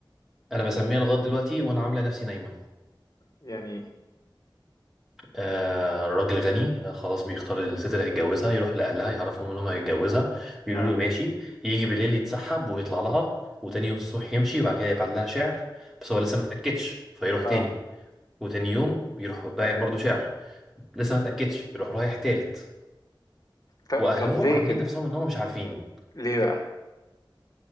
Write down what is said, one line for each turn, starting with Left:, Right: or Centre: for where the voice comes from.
Centre: انا بسميها لغايه دلوقتي وانا عامله نفسي نايمه
Left: يعني
Centre: آه راجل غني آه خلاص بيختار الست اللي هيتجوزها يروح لاهلها يعرفهم ان هم هيتجوزها يقولوا
Left: اه
Centre: له ماشي يجي بالليل يتسحب ويطلع لها وتاني يوم الصبح يمشي وبعد كده يبعت لها شعر بس هو لسه ما اتاكدش فيروح تاني
Left: اه
Centre: وتاني يوم بيروح باعت برضه شعر لسه ما اتاكدش يروح رايح تالت
Left: ط-
Centre: واهلهم
Left: طب ليه
Centre: عاملين
Left: كده
Centre: نفسهم ان هم مش عارفين
Left: ليه بقى